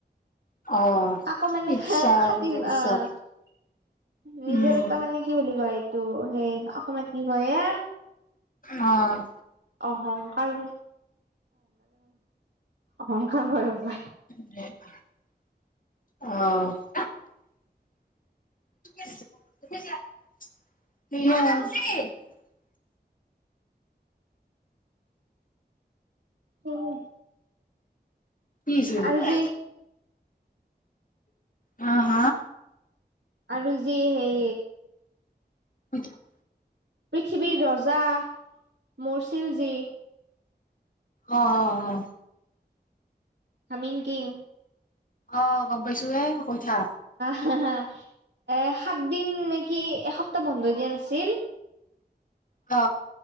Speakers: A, on the left; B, on the right.
A: অহ।
B: আকৌ মানে
A: ইচ্ছা
B: খাতিৰ
A: নিজৰ ইচ্ছাত
B: আঁহ নিজৰ
A: উম,
B: এটা মানে কি বুলি কয়? ত' সেই অসমত কি কয়।
A: অঁ।
B: অহংকাৰ অহংকাৰ বয়স।
A: অঁ। <unintelligible>
B: অঁ।
A: কি হৈছে।
B: আৰু যি
A: হাঁ হ
B: আৰু যি সেই
A: আচছা <unintelligible>
B: পৃথিৱীৰ ৰজা মৰ্ছিলজী
A: অঁ অঁ অঁ
B: হামিম কিং
A: অঁ গম পাইছোঁ হে কথা
B: হঁ হা এ সাত দিন নেকি এসপ বন্ধ দিয়া নাছিল
A: অ